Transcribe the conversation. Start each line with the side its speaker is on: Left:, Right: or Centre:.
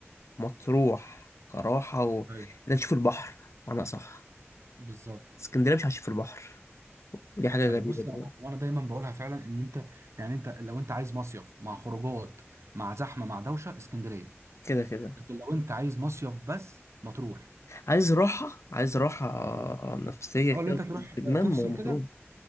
Left: مطروح كراحه و...
Right: ايوه
Left: انك تشوف البحر انا صح
Right: بالظبط
Left: اسكندريه مش هتشوف البحر ودي حاجه
Right: ايوه
Left: غريبه
Right: بص لا
Left: طبعا
Right: هو انا دايما بقولها فعلا ان انت يعني انت لو انت عايز مصيف مع خروجات مع زحمه مع دوشه اسكندريه
Left: كده كده
Right: لكن لو انت عايز مصيف بس مطروح
Left: عايز راحه عايز راحه آه،
Right: ايوه
Left: نفسيه كده
Right: او اللي انت تروح
Left: استجمام
Right: آه، تفصل
Left: ومطروح
Right: كده